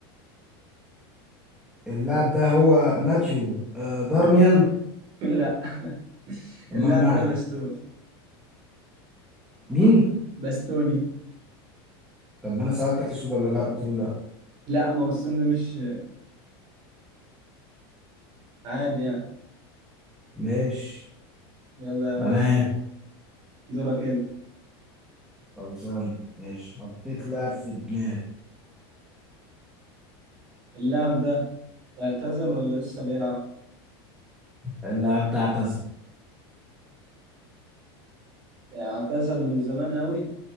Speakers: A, in the centre; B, on the right.
A: اللاعب ده هو ماتيو آه دارميان
B: <laughs> لا <laughs>
A: امال
B: اللاعب
A: معي
B: ده بستوني
A: مين
B: بستوني
A: طب ما انا سالتك اسود ولا لا قلت لي لا
B: لا ما هو بستوني ده مش عادي يعني
A: ماشي
B: يلا يا باشا
A: تمام
B: دورك انت
A: خلصان ماشي حطيت لاعب في دماغي
B: اللاعب ده اعتزل ولا لسه بيلعب؟
A: اللاعب ده اعتزل
B: اعتزل من زمان أوي